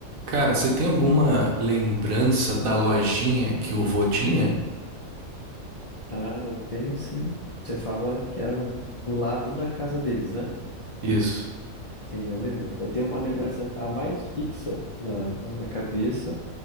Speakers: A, on the right; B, on the left.
A: Cara, você tem alguma lembrança da lojinha que o vô tinha?
B: Ah, eu tenho sim. Você fala que era do lado da casa deles, né?
A: Isso.
B: Sim, eu lembro. Eu tenho uma lembrança a mais fixa na, na minha cabeça.